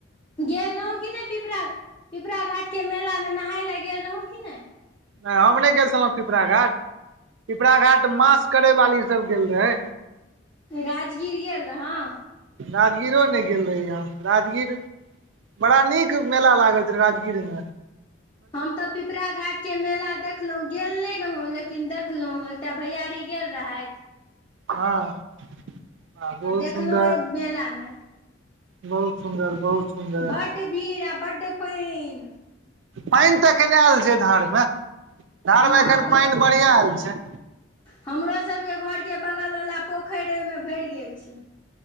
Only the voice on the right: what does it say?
नै-हम-नै गेल छलहुँ पिपरा घाट। पिपरा घाट मास करैय वाली सब गेल रहैय।
राजगीरो नै गेल रहि हम, राजगीर बड़ा नीक मेला लागल छलैय राजगीरमे।
हँ, ह
बहुत
सुन्दर
बहुत सुन्दर बहुत। सुन्दर
पाइन त एखैन आएल छैय धारमे। धारमे
एखैन पाइन बढ़िया आएल छैय।